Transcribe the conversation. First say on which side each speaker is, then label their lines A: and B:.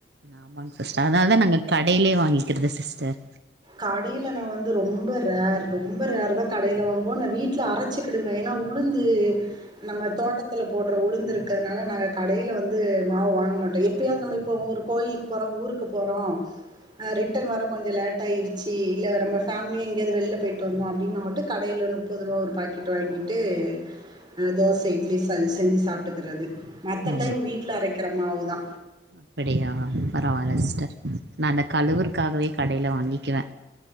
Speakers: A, on the right; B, on the right.
A: ஆமாங் சிஸ்டர் அதனால தா நாங்க கடையிலயே வாங்கிக்கிறது சிஸ்டர்
B: கடையில நா வந்து ரொம்ப ரேர் ரொம்ப ரேர் தா கடையில வாங்குவோ நா வீட்டில அரைச்சிக்கிடுவே ஏன்னா உளுந்து நம்ம தோட்டத்துல போடுற உளுந்திருக் இருகதுனால நாங்க கடையில வந் து மாவு வாங்க மாட்டோ எ அப்படியது நம்ம இப்போ ஒரு கோயிலுக்கு போறோ ஊருக்கு போறோ ஆ ரிட்டர்ன் வர கொஞ்சோ லேட் ட ஆயிடுச்சி இல்ல நம்ம ஃபேமலி எங்கேயாவது வெளில போயிட்டு வந்தோ அப்படினா நம்மட்டு கடையில முப்பது ரூவா ஒரு பாக்கெட் வாங்கிட்டு அ தோச இட்லி சஞ் செஞ்சு சாப்பிட்டுக்கிறது மத்த
A: ஓ
B: டைம் வீட்டில அரைக்க அரைக்கிரமாவு தா
A: அப்படியா பரவாயில்ல சிஸ்டர் நா அந்த கழவுவற்காகவே கடையில வாங்கிக்குவே